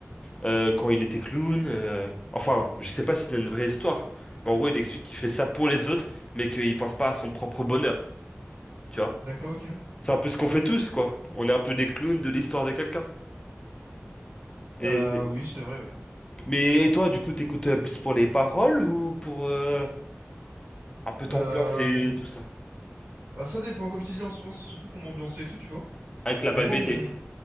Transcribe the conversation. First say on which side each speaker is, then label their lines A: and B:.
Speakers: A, on the left (about 20°); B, on the right (about 90°).
A: euh, quand il était clown. euh, Enfin, je sais pas si c'est une vraie histoire, mais en gros, il explique qu'il fait ça pour les autres, mais qu'il pense pas à son propre bonheur, tu vois.
B: d'accord, ok.
A: C'est un peu ce qu'on fait tous, quoi. On est un peu des clowns de l'histoire de quelqu'un. Et
B: Euh,
A: c'est...
B: oui, c'est vrai, ouais.
A: Mais et toi, du coup, t'écoutes euh, plus pour les paroles ou pour euh, un peu t'ambiance
B: Euh,
A: et tout ça?
B: bah, ça dépend. Comme je t'ai dit, en ce moment, c'est surtout pour m'ambiancer et tout, tu vois.
A: Avec la
B: Mais
A: vibe
B: moi, mon...
A: été.